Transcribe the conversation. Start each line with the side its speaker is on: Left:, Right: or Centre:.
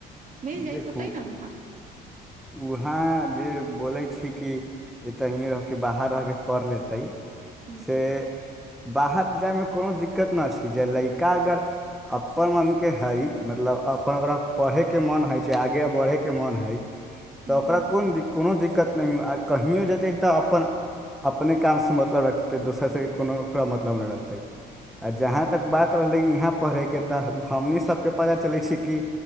Right: मिल जाइत
Centre: देखू
Right: होतै ने वहाँ
Centre: उहाँ जे बोलै छी कि एतहिये रह के बाहर रह के पढ़ लेतै
Right: ह्म्म
Centre: से बाहर जाइमे कोनो दिक्कत न छै जय लइका अगर अपन मनके हइ मतलब अपन ओकरा पड़हे के के मन होइ छै आगे बरहैे के मन हइ
Right: ह्म्म
Centre: तऽ ओकरा कोन दि कोनो दि दिक्कत नहियो आ कहिओ जेतै तऽ अपन अपने कामसँ मतलब रखतै दोसर सँ कोनो ओकरा मतलब नइ रहतै आ जहाँ तक बात रहलै इहाँ पढ़ैके तऽ हमनी सबके पता चलै छै कि